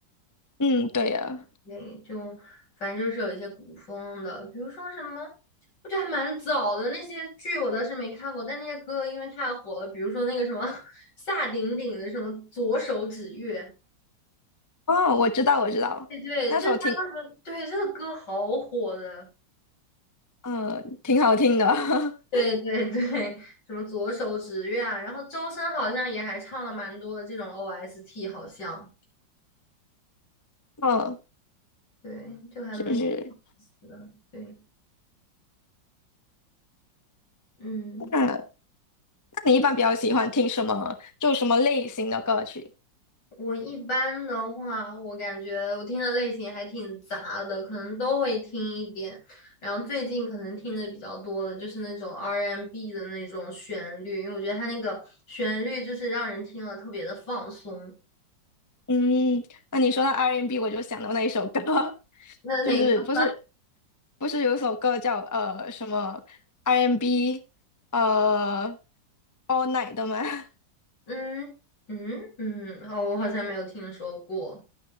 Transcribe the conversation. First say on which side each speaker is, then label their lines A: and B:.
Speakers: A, on the left; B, on the left.
A: <laughs>。嗯，对呀。
B: 对，就反正就是有一些古风的，比如说什么，我觉得还蛮早的那些剧我倒是没看过，但那些歌因为太火了，比如说那个什么 <laughs> 夏鼎鼎的什么《左手指月》，
A: 哦，我知道，我知道，
B: 对对，
A: 那首挺
B: 就他那个，对这个歌好火的，
A: 呃挺好听的。<laughs>
B: 对对对，什么《左手指月》啊，然后周深好像也还唱了蛮多的这种 OST，好像
A: 嗯，
B: 对，就还蛮有意
A: 是是。
B: 思的，对，嗯。
A: 那那你一般比较喜欢听什么？就什么类型的歌曲？
B: 我一般的话，我感觉我听的类型还挺杂的，可能都会听一点。然后最近可能听的比较多的就是那种 R&B 的那种旋律，因为我觉得它那个旋律就是让人听了特别的放松。
A: 嗯，那你说到 R&B，我就想到那一首歌，<laughs>
B: 那那个，
A: 就是不是不是有首歌叫呃什么 R&B 呃 All Night 的吗？<laughs>
B: 嗯嗯嗯，哦，我好像没有听说过